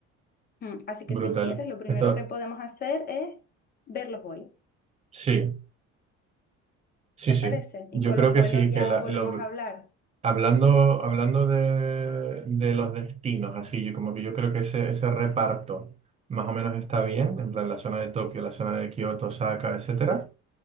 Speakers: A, on the left; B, on the right.
A: Mm, Así que
B: brutal.
A: si quieres, lo primero
B: Esto,
A: que podemos hacer es ver los vuelos.
B: sí, sí,
A: ¿Te
B: sí.
A: parece?
B: Yo
A: Y con
B: creo
A: los
B: que
A: vuelos
B: sí,
A: ya
B: que la-
A: volvemos
B: lo-
A: a hablar.
B: hablando, hablando de, de los destinos, así, yo como que yo creo que ese, ese reparto más o menos está bien, en plan la zona de Tokio, la zona de Kioto, Osaka, etcétera.